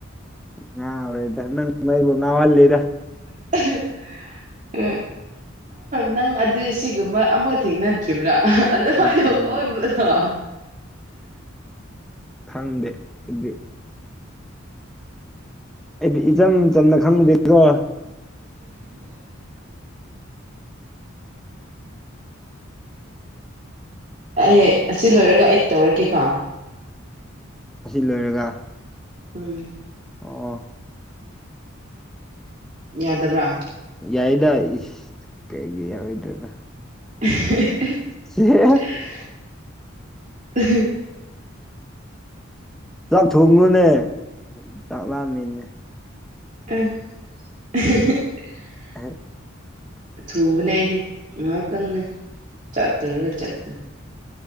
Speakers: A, in the centre; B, on the right.
A: ꯉꯥꯎꯔꯦꯗ ꯅꯪꯅ ꯑꯩꯕꯨ ꯉꯥꯎꯍꯜꯂꯦꯗ
B: <unintelligible> ꯑꯦ ꯅꯪ ꯑꯗꯨ ꯁꯤꯒꯨꯝꯕ ꯑꯃꯐꯥꯎ ꯊꯦꯡꯅꯗ꯭ꯔꯤꯕ꯭ꯔꯥ ꯑꯗꯨꯃꯥꯏꯅ
A: ꯎꯝ
B: ꯑꯣꯟꯕꯗꯣ
A: ꯈꯪꯗꯦ ꯑꯩꯗꯤ ꯑꯩꯗꯤ ꯏꯆꯝ ꯆꯝꯅ ꯈꯪꯕꯗꯦꯀꯣ
B: ꯑꯩ ꯑꯁꯤ ꯂꯣꯏꯔꯒ ꯑꯩ ꯇꯧꯔꯛꯀꯦꯀꯣ
A: ꯑꯁꯤ ꯂꯣꯏꯔꯒ
B: ꯎꯝ
A: ꯑꯣ
B: ꯌꯥꯗꯕ꯭ꯔꯥ
A: ꯌꯥꯏꯗ ꯏꯁ ꯀꯩꯒꯤ ꯌꯥꯎꯔꯣꯏꯗ꯭ꯔꯦꯕ
B: <unintelligible>
A: <unintelligible>
B: <unintelligible>
A: ꯆꯥꯛ ꯊꯣꯡꯉꯨꯅꯦ ꯆꯥꯛ ꯂꯝꯃꯤꯅꯦ
B: <unintelligible>
A: <unintelligible>
B: ꯊꯨꯕꯅꯦ ꯑꯩꯗꯤ ꯉꯥꯏꯍꯥꯛꯇꯪꯅꯦ ꯆꯠꯇꯔꯒ ꯆꯠꯇ